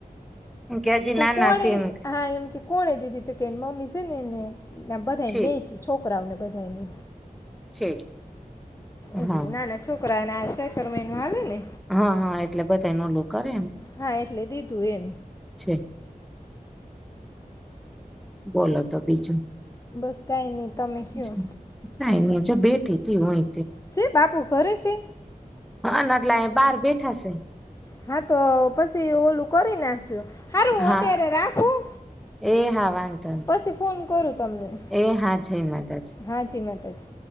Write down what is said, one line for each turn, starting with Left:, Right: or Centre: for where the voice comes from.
Centre: કે હજી
Left: કોને,
Centre: નાના છે એમ કે
Left: હા એમ કે કોને દીધી, તો કે એન મમ્મી સ <unintelligible> એને ન્યાં બધાયન
Centre: છે
Left: વેચી છોકરાવ ને બધાય ને.
Centre: છે.
Left: એટલે.
Centre: હા
Left: નાના છોક રાને આ ચૈતર મહિનો હાલે ને!
Centre: હા, હા એટલે બધાય ને ઓલું કરે ને.
Left: હા એટલે દીધું એમ
Centre: છે. બોલો તો બીજું.
Left: બસ કાઈ નહી તમે કયો
Centre: અચ્છા કાઈ નહીં જો બેઠી. તી હોય.
Left: સે બાપુ કરેશે?
Centre: હા ના એટલા એ બહાર બેઠા છે.
Left: હા, તો પછી ઓલું કરી નાખજો. હારું હું
Centre: હા,
Left: અત્યારે રાખું
Centre: એ હા વાંધો
Left: પછી ફોન કરું તમને
Centre: એ હા છે એ માતા છે.
Left: હા જી માતાજી